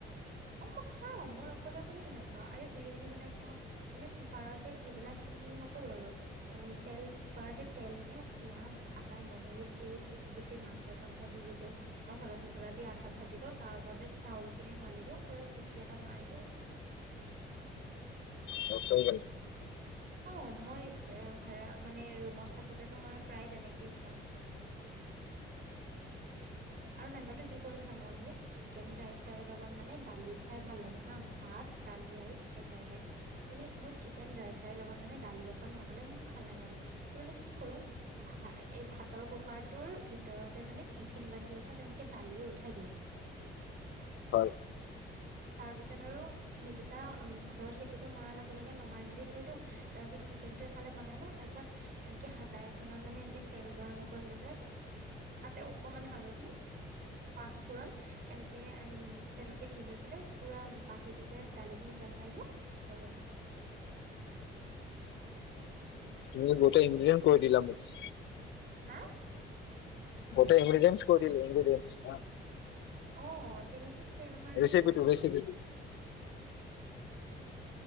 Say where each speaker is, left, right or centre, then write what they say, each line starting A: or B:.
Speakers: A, on the right (about 50°); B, on the left (about 65°).
A: অ', মই খাও, মই অকলে অকলে বনাই খাওঁ আৰু বিৰিয়ানী বনাই খাও। মানে কুকাৰতে এইবিলাক নকৰো আৰু। এ তেল কুকাৰতে তেল দিওঁ, পিয়াজ, আদা, নহৰু পেষ্ট গোটে মাংস চাংস দি গোটেই মচলা চচলা দি আধা ভাজি লওঁ, তাৰ ওপৰতে চাউলখিনি ঢালি দিওঁ পুৰা চিটি এটা মাৰি দিওঁ।
B: কষ্ট হৈ গ'ল।
A: অঁ, মই এ ভাড়া মানে ৰুমত থাকোতেটো মই প্ৰায় তেনেকেই খাওঁ। আৰু নাইবাতো কি কৰো জনা, মই মানে চিকেন ড্ৰাই ফ্ৰাই লগত মানে দালি খাই ভাল লাগে হা, ভাত, দালি আৰু চিকেন ড্ৰাই ফ্ৰাই। মানে মোৰ চিকেন ড্ৰাই ফ্ৰাই লগত মানে দালি অকন নহ'লে মোৰ ভাল নালাগে। মানে কি কৰো ভা এই ভাতৰ কুকাৰটোৰ ভিতৰতে মানে টিফিন বাতি এ টাত তেনেকে দালিয়ে উঠাই দিওঁ।
B: হয়।
A: তাৰ পিছত আৰু সেই দুটা উম ভাতৰ চিতিটো মৰাৰ লগে লগে নমাই মেলি থৈ দিওঁ, তাৰপিছত চি কেনটো এফালে বনাই লওঁ, তাৰ পিছত এনেকে হাতা এখনত মানে এনেকে তেল গৰম কৰি লৈ পেলাই তাতে অকমান হালধি পাষ্টপুৰণ এনেকে, তেনেকে দি লৈ পেলাই পোৰা বাতিটোতে দালি খিনি তেল মাৰি দিওঁ হৈ গল।
B: তুমি গোটেই ইঞ্জিনিয়াৰ কৰি দিলা মোক।
A: হা।
B: গোটে ইনভিদেন্সে কৰি ইনভিদেন্সে।
A: অঁ, তেনেকে তেল মেলি
B: ৰেচিপিটো
A: খাই।
B: ৰেচিপিটো